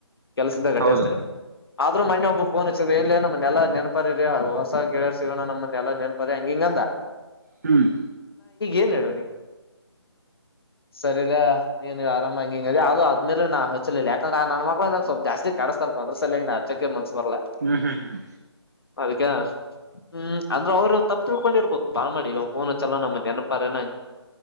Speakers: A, on the left; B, on the right.
A: ಕೆಲ್ಸದ್ದ ಕಟ್ಟಿಿಸ್ತೇನೆ
B: ಹೌದು
A: ಆದ್ರೂ ಮೆ ಒಬ್ಬ ಫೋನ್ ನ್ ನಮ್ಮನೆೆಲ್ಲ ನೆನಪಾರಿ ರ ಹೊಸ ಗಿಡರ್ ಸಿಗಣ ನಮ್ಮನ್ನೆಲ್ಲಾ ನೆನ್ಪಾರಿ ಹಂಗ ಹಿಂಗಂದ
B: ಹ್ಮ್
A: ಏನ್ ಹೇಳ ಅವನಿಗೆ ಸರಿ ಇಲ್ಲ ನೀ ನೀ ಆರಾಮಂಗಿಂಗ ಅದು ಅದ್ಮೇಲೆ ನಾ ಹಚ್ಚಲಿಲ್ಲ ಯಾಕಂದ್ರ ಆ ನನ್ ಮಕ್ಳ ನ ಸ್ಲ್ಪ್ ಜಾಸ್ತಿ ಕಳಸತ ಸರ್ಪದ್ರ ಸಲನ್ ಆಚೆನ್ಸ್ ಬರ್ಲ್ಲ
B: ಹ್ಮ್ ಹ್ಮ್ ಹ್ಮ್
A: ಅದ್ಕ ಹ್ಮ್ ಅಂದ್ರೆ ಅವ್ರು ತಪ್ಪ ತಿಳ್ಕೊಂಡಿರ್ಬೋದು ಬಾ ಮಾಡಿ್ ಫೋನ ಚಲೋ ನಮ್ಮ ನೆನಪಾರಏನ